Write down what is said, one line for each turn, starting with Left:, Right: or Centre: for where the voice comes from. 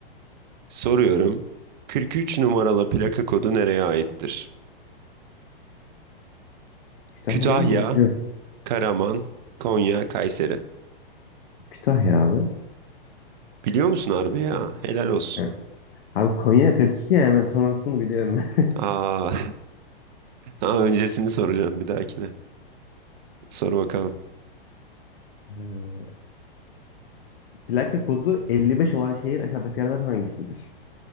Right: Soruyorum. 43 numaralı plaka kodu nereye aittir?
Left: Kütahya
Right: Kütahya,
Left: değil mi? Yok.
Right: Karaman, Konya, Kayseri.
Left: Kütahya abi.
Right: Biliyor musun harbi ya? Helal olsun.
Left: Evet. Abi Konya 42 yani ben sonrasını biliyorum. <laughs>
Right: Aa, <laughs> daha öncesini soracağım bir dahakine. Sor bakalım.
Left: Ee, Plaka kodu 55 olan şehir aşağıdakilerden hangisidir?